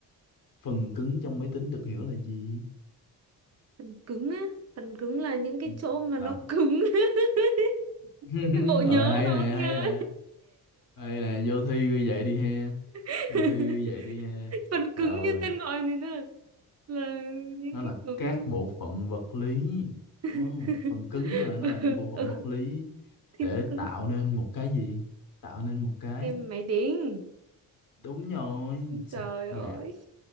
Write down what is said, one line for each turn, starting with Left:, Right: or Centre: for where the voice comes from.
Left: Phần cứng trong máy tính được hiểu là gì?
Right: phần cứng á phần cứng là những cái
Left: Ừ,
Right: chỗ mà nó
Left: Là
Right: cứng <laughs>
Left: <laughs>
Right: bộ nhớ
Left: Rồi hay
Right: nó
Left: nè,
Right: nhớ
Left: hay nè Hay nè, vô thi ghi vậy đi he
Right: <laughs>
Left: Vô thi ghi vậy đi he
Right: phần
Left: Rồi
Right: cứng như tên gọi này nè là những
Left: nó là
Right: cái cứng
Left: các bộ phận vật lý
Right: <laughs>
Left: đúng không? phần cứng mà nó là những bộ phận
Right: ừ,
Left: vật lý
Right: thì
Left: để
Right: nó cứng
Left: tạo nên một cái gì tạo nên một cái
Right: cái máy tính
Left: đúng rồi Chà,
Right: trời ơi
Left: gà